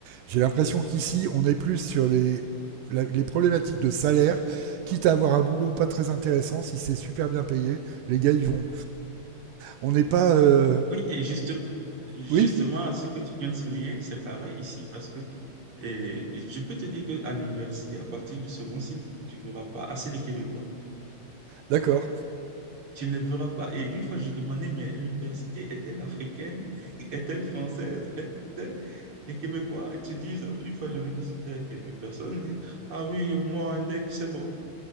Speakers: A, on the right; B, on the right.
A: j'ai l'impression qu'ici, on est plus sur les, la- les problématiques de salaire, quitte à avoir un boulot pas très intéressant, si c'est super bien payé, les gars, ils vont. On n'est pas... euh,
B: oui. Et juste, justement,
A: Oui,
B: ce que tu viens de souligner, c'est pareil ici parce que et je peux te dire qu'à l'université, à partir du second cycle, tu ne verras pas assez de Québécois.
A: d'accord.
B: Tu ne les verras pas. Et une fois, je demandais, mais l'université est-elle africaine? <laughs> Est-elle française? Est-elle... Les Québécois ils te disent, une fois j'en ai discuté avec quelques personnes, ils disent, ah oui, moi, un deck, c'est bon.